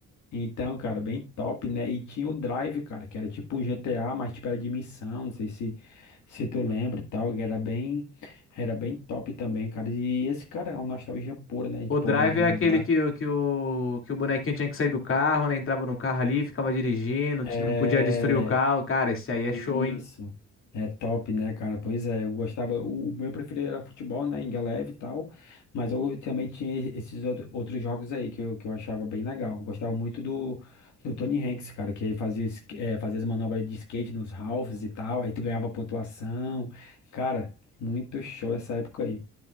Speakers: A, on the left; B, on the left.
A: Então, cara, bem top, né? E tinha o Drive, cara, que era tipo um GTA, mas tipo era de missão, não sei se, se tu lembra e tal, que era bem, era bem top também, cara. E esse cara é uma nostalgia pura, né? De
B: O
A: poder
B: drive
A: relembrar.
B: é aquele que, o- que, o, que o bonequinho tinha que sair do carro, né? Entrava no carro ali, ficava dirigindo, ti-
A: É,
B: não podia destruir o carro. Cara, esse aí é
A: Isso.
B: show, hein?
A: É top, né, cara? Pois é, eu gostava. O, o meu preferido era futebol, né? Ingeleve e tal. Mas eu também tinha esses outro- outros jogos aí que eu, que eu achava bem legal. Gostava muito do, do Tony Hanks, cara, que aí fazia, es- eh, fazia as manobras de skate nos halves e tal. Aí tu ganhava pontuação. Cara, muito show essa época aí.